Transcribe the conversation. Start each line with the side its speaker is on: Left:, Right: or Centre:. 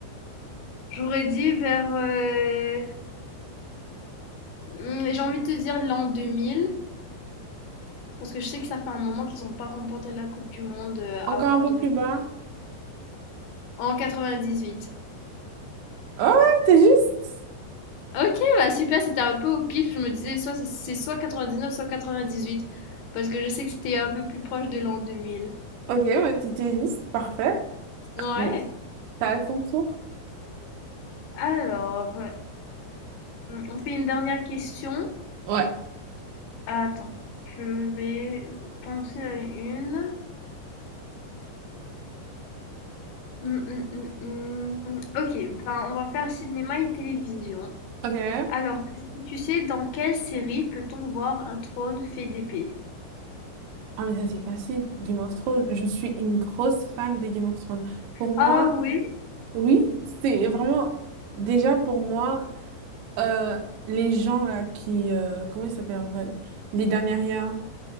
Left: j'aurais dit vers, heu, mmh, j'ai envie de te dire l'an 2000 parce que je sais que ça fait un moment qu'ils ont pas remporté la coupe du monde, heu,
Right: Encore
Left: avant
Right: un peu
Left: deux
Right: plus
Left: mille
Right: bas.
Left: En 98.
Right: Oh ouais, t'es juste.
Left: OK, bah, super, c'était un peu au pif. Je me disais soit c'est c'est soit 99, soit huit parce que je sais que c'était un peu plus proche de l'an 2000.
Right: Ok, bah t'étais juste. Parfait.
Left: Ouais.
Right: Bon, t'as à ton tour.
Left: Alors, heu, on fait une dernière question.
Right: Ouais.
Left: Attends, je vais penser à une. Mmh, mmh, mmh, mmh. OK, ben, on va faire cinéma et télévision.
Right: Ok.
Left: Alors, est-ce que tu sais dans quelle série peut-on voir un trône fait d'épée?
Right: Ah, mais ça, c'est facile. Game of Thrones. Je suis une grosse fan de Game of Thrones. Pour moi,
Left: Ah oui,
Right: oui, c'est vraiment. Déjà, pour moi, euh, les gens là qui. euh, comment ils s'appellent en vrai? Les dernières,